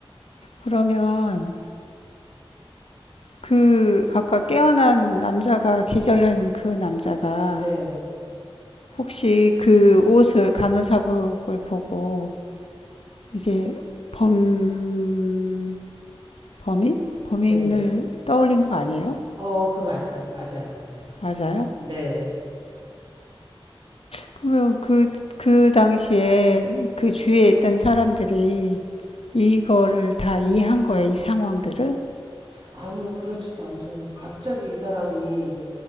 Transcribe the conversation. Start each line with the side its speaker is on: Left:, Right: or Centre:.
Left: 그러면 그 아까 깨어난 남자가 기절한 그 남자가
Right: 네.
Left: 혹시 그 옷을 간호사복을 보고 이제 범 범인 범인을
Right: 네네.
Left: 떠올린 거 아니에요?
Right: 어, 그거 맞아요. 맞아요. 맞아요.
Left: 맞아요?
Right: 네.
Left: 그러면 그, 그 당시에 그 주위에 있던 사람들이 이거를 다 이해한 거예요, 이 상황들을?
Right: 아니요, 그렇진 않죠. 갑자기 이 사람이